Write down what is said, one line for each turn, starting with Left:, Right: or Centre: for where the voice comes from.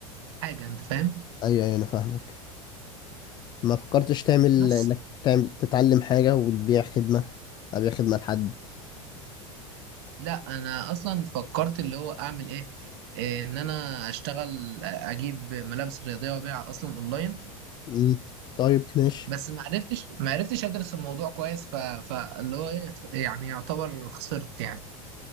Right: حاجه انت فاهم
Left: أيوه أيوه أنا فاهمك ما فكرتش تعمل
Right: بس
Left: إنك تعمل تتعلم حاجة وتبيع خدمة أبيع خدمة لحد
Right: لا انا اصلا فكرت اللي هو اعمل ايه إيه، ان انا اشتغل اجيب ملابس رياضيه وابيعها اصلا اونلاين
Left: مم. طيب ماشي
Right: بس ما عرفتش ما عرفتش ادرس الموضوع كويس ف... فاللي هو ايه يعني يعتبر خسرت يعني